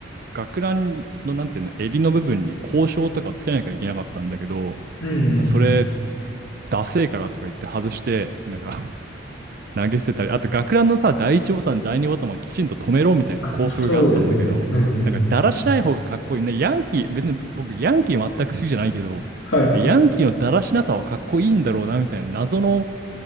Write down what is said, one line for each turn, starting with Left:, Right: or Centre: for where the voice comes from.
Right: 学ランの、なんていうの、襟の部分に校章とかつけなきゃいけなかったんだけど、
Left: うんうん。
Right: それダセえからとか言って外して、なんか <laughs> 投げ捨てたり、あと学ランのさ、第一ボタン、第二ボタンもきちんと止めろみたいな校則があったんだけど、
Left: あ、そうですね。うんうんうん。
Right: なんかだらしない方がかっこいい。ね、ヤンキー、別に僕ヤンキー全く好きじゃないけど、
Left: はい。
Right: ヤンキーのだらしなさはかっこいいんだろうなみたいな謎の